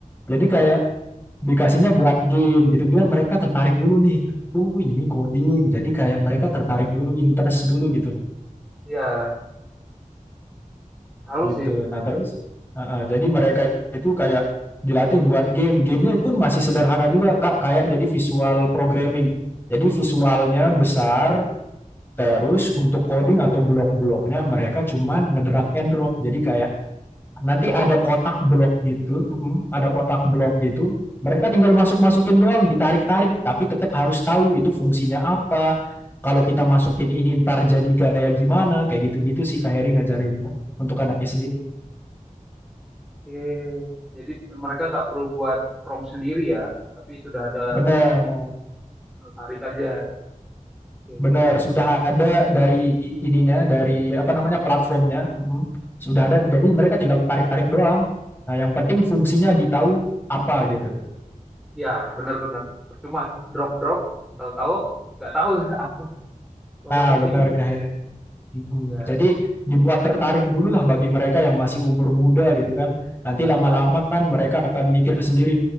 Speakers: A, on the left (about 15°); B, in the centre.
A: Jadi kayak dikasihnya buat game gitu biar mereka tertarik dulu nih oh ini coding jadi kayak mereka tertarik dulu interest dulu gitu loh
B: ya salut
A: gitu
B: sih.
A: nah terus uh, uh, jadi mereka itu kayak dilatih buat game gamenya pun masih sederhana juga kak kayak jadi visual programming jadi visualnya besar terus untuk coding atau blok-bloknya mereka cuman ngedrag and drop jadi kayak Nanti
B: Oh,
A: ada kotak blok gitu, mm-mm, ada kotak blok gitu. Mereka tinggal masuk-masukin doang, ditarik-tarik, tapi tetap harus tahu itu fungsinya apa. Kalau kita masukin ini ntar jadi gaya gimana, kayak gitu-gitu sih Kak Heri ngajarinnya untuk anak SD.
B: oke. Jadi mereka nggak perlu buat prompt sendiri ya, tapi sudah ada
A: Bener,
B: tarik aja. Oke,
A: bener.
B: oke.
A: Sudah ada dari ininya, dari apa namanya platformnya. mm-mm. Sudah ada, jadi mereka tinggal tarik-tarik doang. Nah, yang penting fungsinya ditahu apa gitu.
B: Ya, benar-benar. Percuma drop-drop, tahu-tahu nggak tahu <laughs> apa apa
A: Nah,
B: fungsinya.
A: bener Kak Heri. Mm,
B: ya
A: Jadi dibuat tertarik dulu lah bagi mereka yang masih umur muda gitu kan. Nanti lama-lama
B: ya
A: kan mereka akan mikir sendiri,